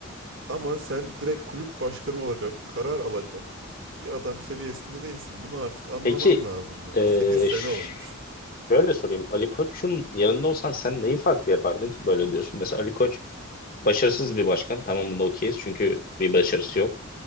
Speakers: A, on the right; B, on the left.
A: Ama sen direkt kulüp başkanı olacak karar alacak bir adam seviyesinde değilsin. Bunu artık anlaman
B: Peki
A: lazım yani.
B: eee,
A: 8 sene
B: ş-
A: olmuş.
B: şöyle sorayım. Ali Koç'un yanında olsan sen neyi farklı yapardın ki böyle diyorsun? Mesela Ali Koç başarısız bir başkan. Tamam bunu okeyiz çünkü bir başarısı yok.